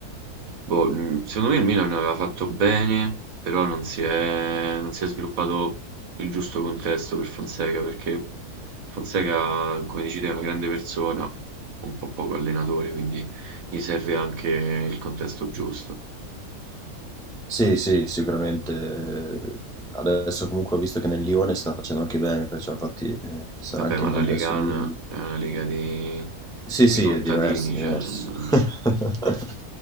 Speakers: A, on the right; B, in the centre.
A: boh, mh, secondo me il Milan aveva fatto bene, però non si è, non si è sviluppato il giusto contesto per Fonseca, perché Fonseca, come dici te, è una grande persona, un po' poco allenatore, quindi gli serve anche il contesto giusto.
B: Sì, sì, sicuramente. eh, Adesso comunque ho visto che nel Lione sta facendo anche bene, perciò infatti eh, sarà
A: Vabbè,
B: anche
A: ma
B: un contesto
A: la Lega
B: di...
A: A è una lega di,
B: Sì,
A: di
B: sì,
A: contadini,
B: è diverso, è
A: cioè
B: diverso.
A: non,
B: <laughs>